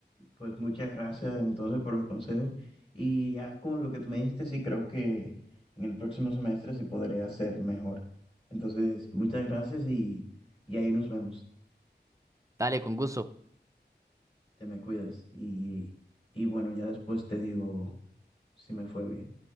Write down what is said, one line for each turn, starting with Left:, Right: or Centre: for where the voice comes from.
Left: Pues muchas gracias entonces por los consejos. Y ya con lo que tú me dijiste, sí creo que en el próximo semestre sí podré hacer mejor. Entonces, muchas gracias y, y ahí nos vemos.
Right: Dale, con gusto.
Left: Te me cuidas. Y, y bueno, ya después te digo si me fue bien.